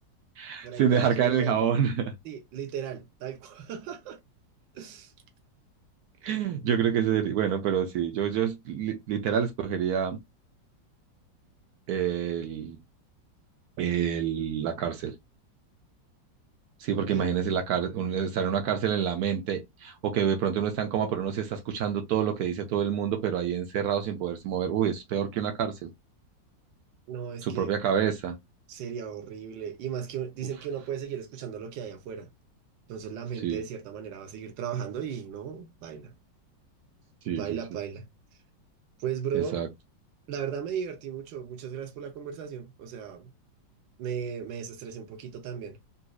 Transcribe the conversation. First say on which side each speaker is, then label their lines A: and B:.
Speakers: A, on the right (about 70°); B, on the right (about 85°).
A: <laughs>
B: por ahí
A: sin
B: para
A: dejar
B: que
A: caer
B: uno
A: el
B: ya...
A: jabón.
B: en- Sí, literal, tal cual. <laughs>
A: <laughs> Yo creo que ese sería, bueno, pero sí, yo, yo es- li- literal escogería el, el- la cárcel. Sí,
B: Ok.
A: porque imagínese la cár- un- estar en una cárcel en la mente, o que de pronto uno está en coma, pero uno sí está escuchando todo lo que dice todo el mundo, pero ahí encerrado sin poderse mover. Uy, es peor que una cárcel,
B: No, es
A: su
B: que
A: propia cabeza.
B: sería horrible. Y más que un- dicen
A: Uf,
B: que uno puede seguir escuchando lo que hay afuera. Entonces la gente
A: sí.
B: de cierta manera va a seguir trabajando y no, baila,
A: Sí,
B: baila,
A: sí, sí.
B: baila. Pues bro,
A: Exacto.
B: la verdad me divertí mucho. Muchas gracias por la conversación. O sea, me, me desestresé un poquito también.